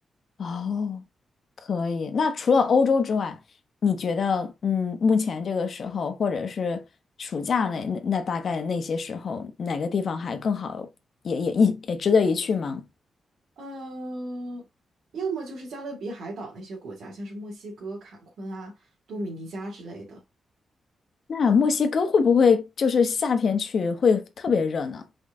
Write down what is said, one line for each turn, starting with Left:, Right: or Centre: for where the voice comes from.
Left: 哦，可以。那除了欧洲之外，你觉得，嗯，目前这个时候，或者是暑假那那那大概那些时候，哪个地方还更好，也也一也值得一去吗？
Right: 嗯，要么就是加勒比海岛那些国家，像是墨西哥、坎昆啊、多米尼加之类的。
Left: 那墨西哥会不会就是夏天去会特别热呢？